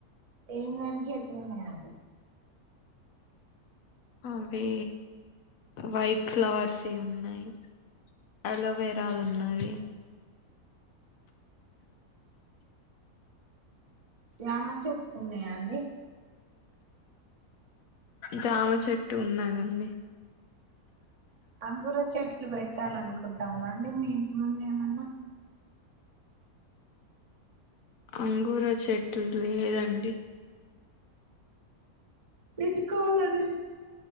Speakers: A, on the right; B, on the left.
A: ఏమేం చేట్లు ఉన్నాయండి
B: అవి వైట్ ఫ్లవర్స్ ఉన్నాయి అలోవేరా ఉన్నది
A: జమ చెట్లు ఉన్నాయా అండి
B: జామ చెట్టు ఉన్నదండి
A: అంగూర చెట్ లు వే పెట్టాల అనుకుంటాల్ల అండి మీ ఇంటి ముందు ఏమన్నా
B: అంగూర చెట్టు లేదండి
A: పెట్టుకోవాలి